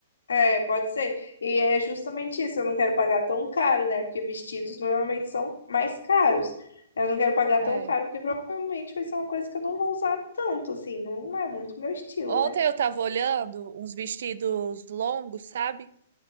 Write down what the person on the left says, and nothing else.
é, pode ser. E é justamente isso, eu não quero pagar tão caro, né? Porque vestidos normalmente são mais caros. Eu não quero pagar tão
caro, porque provavelmente vai ser uma coisa que eu não vou usar tanto, assim, não é muito meu estilo,
né?